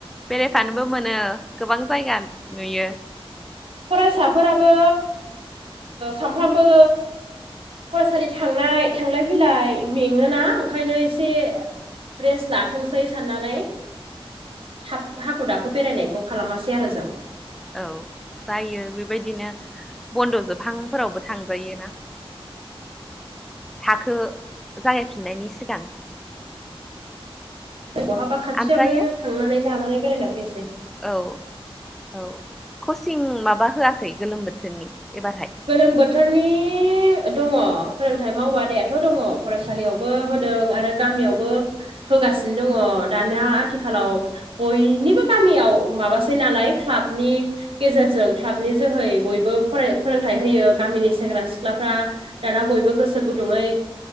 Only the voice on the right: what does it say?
फरायसाफोराबो सामफ्रामबो फरायसालि थांनाय थांलाय फैलाय मेङोना ओंखायनो एसे। रेस्ट लाथोंसै साननानै। हाब हाखु दाखु बेरायनायखौ खालामासै आरो जों
बहाबा खाथियावनो
थांनानै लानानै बेरायला फैनोसै
गोलोम बोथोरनि दङ फोरोंथायाइ मावबादायाथ' दङ फरायसालियावबो होदों आरो। गामियावबो होगासिनो दङ दानिया आथिखालाव। बयनिबो गामियाव माबासै नालाय क्लाबनि। गेजेरजों क्लाबनि जोहै बयबो फराय फोरोंथाइ होयो गामिनि सेंग्रा सिख्लाफ्रा दाना बयबो गोसो गुदुङै।